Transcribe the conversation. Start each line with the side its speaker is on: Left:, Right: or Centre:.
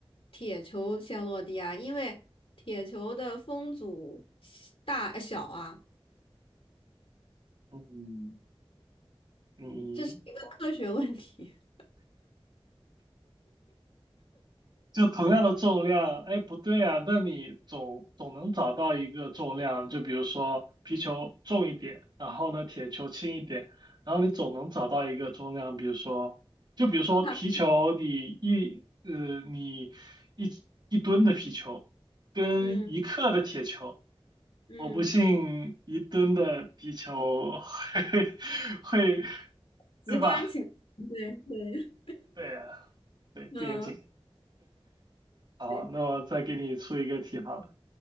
Left: 铁球先落地啊，因为铁球的风阻大呃小啊，
Right: 嗯，你
Left: 这是一个科学问题。<laughs>
Right: 就同样的重量，哎，不对啊，那你总总能找到一个重量，就比如说皮球重一点，然后呢铁球轻一点，然后你总能找到一个重量，比如说，就比如说皮球，
Left: 它
Right: 你一呃你一一吨的皮球跟一克的铁球，
Left: 嗯嗯，
Right: 我不信一吨的皮球会 <laughs> 会，
Left: 极端情，
Right: 对吧？
Left: 况对对，
Right: 对啊，对，
Left: 嗯
Right: 不严谨。好，
Left: 对
Right: 那我再给你出一个题好了。